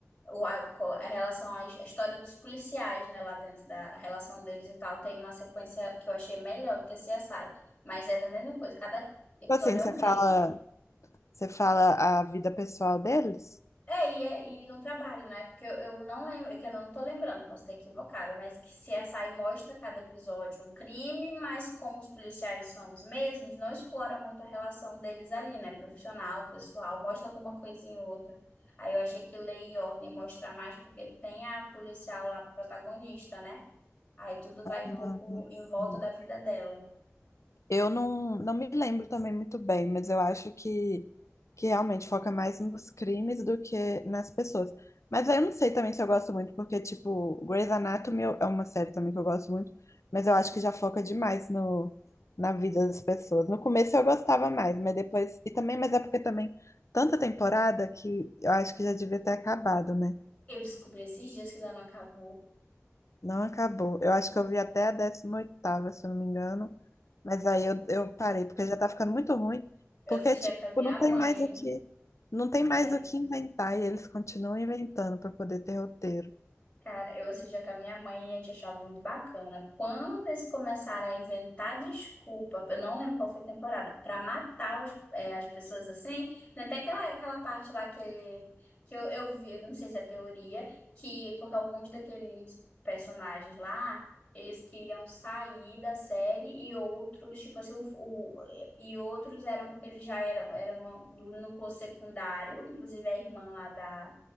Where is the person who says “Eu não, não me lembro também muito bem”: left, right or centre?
Left